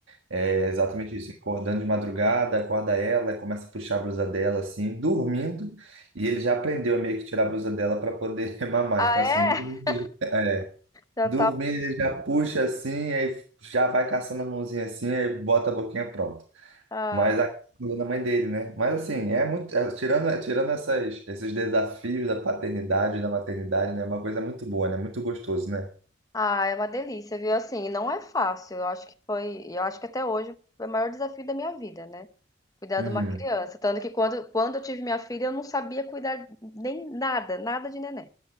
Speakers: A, on the right; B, on the left.
A: É exatamente isso. Acordando de madrugada, acorda ela, começa a puxar a blusa dela, assim, dormindo, e ele já aprendeu a meio que tirar a blusa dela para poder <laughs> mamar.
B: Ah,
A: Então, assim,
B: é?
A: dormindo, <laughs>
B: Já
A: Dormindo, ele já puxa assim, aí já vai caçando a mãozinha assim, aí bota a boquinha pronto.
B: tá
A: Mas a da mãe dele, né? Mas assim, é muito. é, tirando é, tirando essas, esses desafios da paternidade, e da maternidade, né? É uma coisa muito boa, né? Muito gostoso, né?
B: Ah, é uma delícia, viu? Assim, não é fácil. Eu acho que foi, eu acho que até hoje foi o maior desafio da minha vida, né? Cuidar
A: Uhum.
B: de uma criança. Tanto que quando, quando eu tive minha filha, eu não sabia cuidar nem nada, nada de neném.